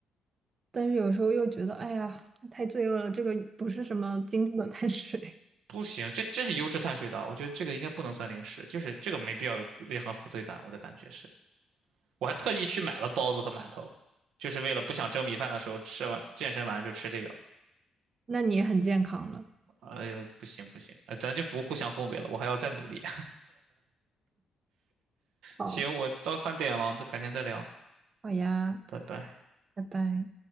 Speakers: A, on the right (about 40°); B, on the right (about 80°).
A: 但是有时候又觉得，哎呀，太罪恶了，这个不是什么精致的碳水，
B: 不行，这这是优质碳水的，我觉得这个应该不能算零食，就是这个没必要有任何负罪感，我的感觉是，我还特意去买了包子和馒头，就是为了不想蒸米饭的时候吃完健身完就吃这个，
A: <laughs> 那你也很健康了。
B: 哎呦不行不行，呃咱就不互相恭维了，我还要再努力。
A: 好，
B: 行，我到饭点了，再改天再聊，
A: 好呀，
B: 拜拜。
A: 拜拜。